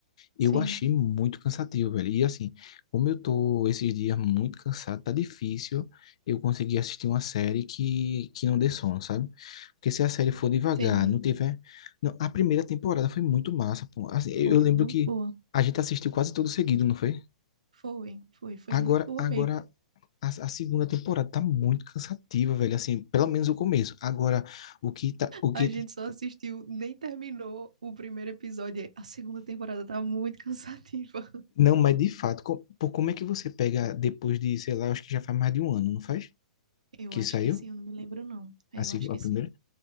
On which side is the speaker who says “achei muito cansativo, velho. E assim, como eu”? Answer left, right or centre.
Left